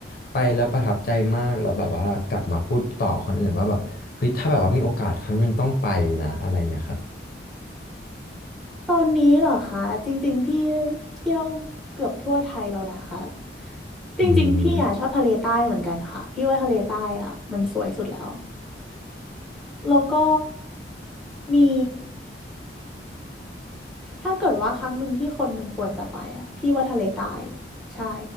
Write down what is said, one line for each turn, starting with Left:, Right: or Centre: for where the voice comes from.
Left: ไปแล้วประทับใจมากแล้วแบบว่ากลับมาพูดต่อคนอื่นว่าแบบเฮ้ยถ้าแบบว่ามีโอกาสครั้งหนึ่งต้องไปนะอะไรเงี้ยครับ
Centre: ตอนนี้เหรอคะจริงๆพี่เที่ยวเกือบทั่วไทยแล้วนะคะจริงๆพี่อ่ะชอบทะเลใต้เหมือนกันค่ะพี่ว่าทะเลใต้อ่ะมันสวยสุดแล้ว
Left: อืม
Centre: แล้วก็มี ถ้าเกิดว่าครั้งหนึ่งที่คนหนึ่งควรจะไปอ่ะพี่ว่าทะเลใต้ใช่